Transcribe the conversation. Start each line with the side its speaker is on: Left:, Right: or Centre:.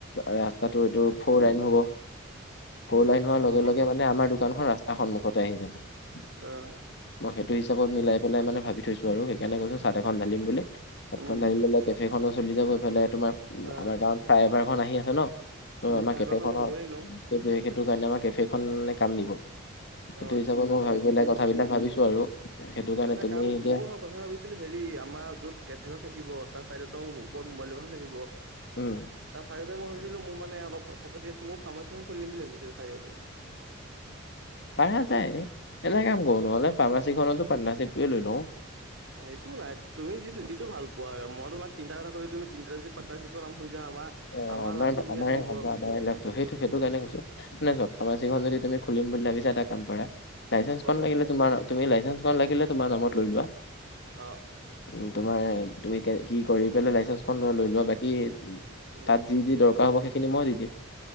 Left: ৰাস্তাটো এইটো
Right: অ
Left: ফৰ লাইন হ'ব। ফৌৰ লাইন হোৱাৰ
Right: অ
Left: লগে লগে মানে আমাৰ দোকানখন, ৰাস্তাৰ সন্মুখতে আহি যাব। মই
Right: অ
Left: সেইটো হিচাপত মিলাই পেলাই মানে ভাবি থৈছোঁ আৰু সেইকাৰণে কৈছোঁ, চাট এখন দিম বুলি। চত
Right: উম
Left: খন ঢালি ললে কেফেখনো চলি যাব ইফালে তোমাৰ
Right: অ
Left: আমাৰ গাঁৱত ফ্লাই অভাৰখন আহি আছে ন'। ত'
Right: উম,
Left: আমাৰ
Right: ফ্লয়োঅভাৰ
Left: কেফেখনৰ
Right: খনটো হবই এনেও।
Left: সেইটোৱে সেইটো কাৰণে আমাৰ কেফেখনে কাম দিব। সেইটো
Right: অ' আচ্ছা
Left: হিচাপে
Right: আচ্ছা
Left: মই
Right: তুমি
Left: ভাবি
Right: ঠিকে
Left: পেলাই
Right: ভাবিছা।
Left: কথাবিলাক ভাবিছো আৰু সেইটো
Right: অ'
Left: কাৰণে
Right: এটা
Left: তুমি
Right: কাম
Left: এতিয়া
Right: ময়ো ভাব কথা ভাবিছিলোঁ হেৰি আমাৰ য'ত কেফেখন থাকিব তাৰ ছাইডতো ওপৰত মোবাইল দোকানখন থাকিব।
Left: উম
Right: তাৰ চাইদতে মই ভাবিছিলো মোৰ মানে অলপ পইচা পাতি আছে মোৰ ফাৰ্মাচী এখন খুলিম বুলি দিম ভাবিছিলো চাইদতে।
Left: পাৰা যাই। এনে কাম কৰোঁ নহ'লে। ফাৰ্মাচীখনতো পাটনাশ্বিপটোৱে লৈ লওঁ।
Right: <unintelligible> একো নাই তুমি যিটো যিটো ভাল পোৱা আৰু মই তোমাক তিনিটা কথা কলো তুমি তিনিটা যদি পাটনাৰশ্বিপট হৈ যাওঁ আমাৰ
Left: অ,
Right: আমাৰ
Left: আমাৰে
Right: লাভটো ধুনীয়া
Left: আমাৰে
Right: থাকিব
Left: ভাল ন' <unintelligible> সেইটো সেইটো কাৰণে কৈছো মানে চোৱা ফাৰ্মাচীখন যদি তুমি খুলিম বুলি ভাবিছাএটা কাম কৰা লাইচেন্সখন
Right: কোৱাচোন
Left: লাগিলে তোমাৰ তুমি লাইচেন্সখন লাগিলে তোমাৰ নামত লৈ লোৱা।
Right: অঁ'।
Left: উম, তোমাৰ তুমি কি কৰি পেলাই লাইচেঞ্চ খন লোৱা লৈ লোৱা বাকি
Right: উম।
Left: তাত যি যি দৰকাৰ হ'ব সেইখিনি মই দিম।